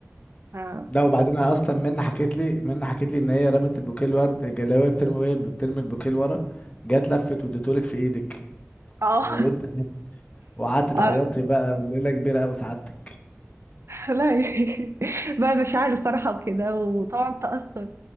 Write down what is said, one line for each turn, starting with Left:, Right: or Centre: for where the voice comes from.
Right: فكان
Left: ده وبعدين أنا اصلا منى حكيت لي منى حكيت لي ان هي رمت البوكيه الورد اللي هو بترمي وهي بترمي البوكيه لورا جت لفت واديتهولك في ايدك
Right: اه
Left: وانت وقعدت
Right: <laughs>
Left: تعيطي بقى وليله كبيره قوي سعادتك
Right: لا <laughs> بقى مشاعر الفرحة وكده وطبعا تأثر